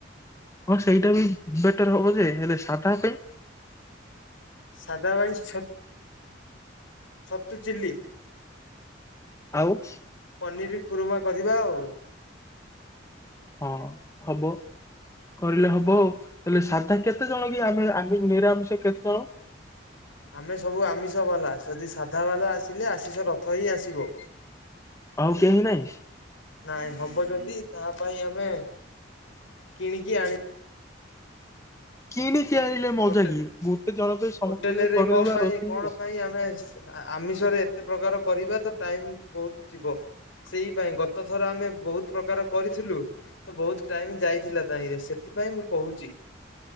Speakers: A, on the left; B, on the left.
A: ହଁ ସେଇଟା ବି ବେଟର ହବ ଯେ, ହେଲେ ସାଧା ପାଇଁ?
B: ସାଧା ପାଇଁ ଛ ଛତୁ ଚିଲ୍ଲି।
A: ଆଉ
B: ପନିର ଖୁରୁମା କରିବା ଆଉ।
A: ହଁ ହବ କରିଲେ ହବ ଆଉ। ହେଲେ ସାଧା କେତେ ଜଣ କି ଆମେ ଆମେ ନିରାମିଷ କେତେ ଜଣ?
B: ଆମେ ସବୁ ଆମିଷ ଗଲା, ଯଦି ସାଧା ବାଲା ଆସିଲେ ଆଶିଷ ରଥ ହିଁ ଆସିବ।
A: ଆଉ କେହି ନାହିଁ
B: ନାଇଁ ହବ ଯଦି ତାହା ପାଇଁ ଆମେ କିଣିକି ଆଣି
A: କିଣିକି ଆଣିଲେ ମଜା
B: ହୋଟେଲ
A: କି ଗୋଟେ ଜଣ ପାଇଁ ସମସ୍ତଙ୍କ
B: ହୋଟେଲରେ
A: ପାଇଁ କରିଦବା
B: କଣ ପାଇଁ
A: ରୋଷେଇ
B: କଣ
A: ଆଉ।
B: ପାଇଁ ଆମେ ଆମିଷ ରେ ଏତେ ପ୍ରକାର କରିବା ତ ଟାଇମ ବହୁତ ଯିବ ସେଇ ପାଇଁ ଗତ ଥର ଆମେ ବହୁତ ପ୍ରକାର କରିଥିଲୁ, ତ ବହୁତ ଟାଇମ ଯାଇଥିଲା ତାହିଁରେ ସେଥି ପାଇଁ ମୁଁ କହୁଚି